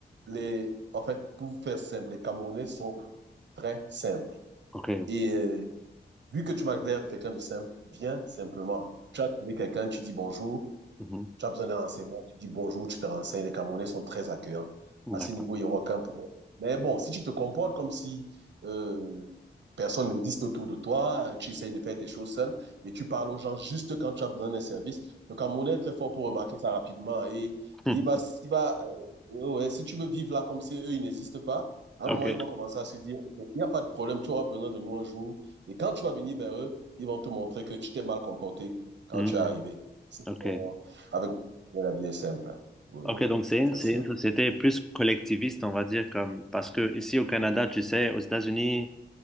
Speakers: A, on the right (about 80°); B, in the centre.
A: les, en fait, pour faire simple, les Camerounais sont très simples.
B: ok,
A: Et euh, vu que tu m'as l'air de quelqu'un de simple, viens simplement. Tu as trouvé quelqu'un, tu dis bonjour.
B: Mhm.
A: Tu as besoin d'un renseignement, tu dis bonjour, tu te renseignes. Les Camerounais sont très accueillants.
B: Mhm.
A: À
B: d'accord.
A: ce niveau, il n'y aura aucun problème. Mais bon, si tu te comportes comme si euh, personne n'existe autour de toi, euh, tu essayes de faire tes choses seul et tu parles aux gens juste quand tu as besoin d'un service, le Camerounais est très fort pour remarquer ça rapidement. Et
B: Hmm.
A: il va, il va, euh, ouais, ouais, si tu veux vivre là comme si eux, ils n'existent pas, à
B: Ok.
A: un moment, ils vont commencer à se dire, ok, il n'y a pas de problème, tu auras besoin de nous un jour. Et quand tu vas venir vers eux, ils vont te montrer que tu t'es mal comporté quand
B: Hmm.
A: tu es arrivé. C'est-
B: Ok.
A: euh, avec la vie est simple. Oui,
B: Ok,
A: oui,
B: donc c'est
A: c'est
B: une,
A: très
B: c'est
A: simple.
B: une société plus collectiviste, on va dire, comme, parce que ici au Canada, tu sais, aux États-Unis,